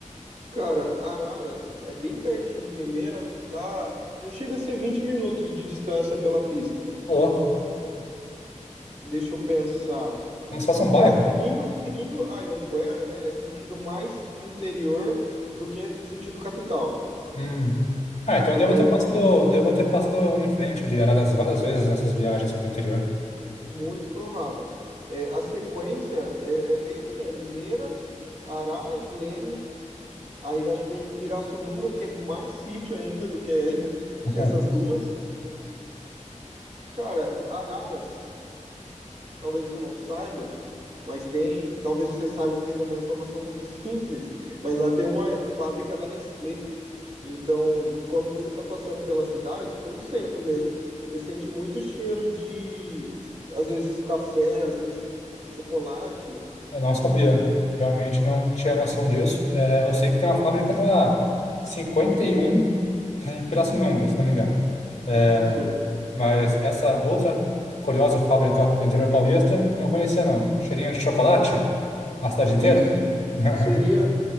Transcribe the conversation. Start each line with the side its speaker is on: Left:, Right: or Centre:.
Right: cara, Araras é bem pertinho de Limeira, tá? Não chega a ser 20 minutos de distância pela pista.
Left: Ô, louco,
Right: Deixa eu pensar.
Left: como se fosse um bairro?
Right: É, seguindo, seguindo a Anguera, né? É sentido mais interior do que sentido capital.
Left: Hum. Ah, então eu devo
Right: É
Left: ter passado, devo ter passado em frente de Araras várias vezes nessas viagens pelo interior.
Right: muito provável. É, a sequência é, é bem assim: é Limeira, Araras, Leme, aí acho que vem Pirassununga, que é mais sítio ainda do que <laughs>
Left: <laughs>
Right: essas duas. Cara, Araras talvez você não saiba, mas tem, talvez você saiba porque também é uma informação muito <laughs> simples, mas lá tem uma fábrica da Nestlé. Então, quando você está passando pela cidade, pelo centro mesmo, você sente muito cheiro de, às vezes, café, às vezes, chocolate.
Left: Eu não sabia, realmente não tinha noção disso. É, eu sei que tem uma fábrica da 51 em Pirassununga, se não me engano. É,
Right: Isso,
Left: mas essa outra curiosa fábrica do interior paulista, eu não conhecia não. Cheirinho de chocolate na cidade inteira?
Right: isso
Left: <laughs>
Right: seria,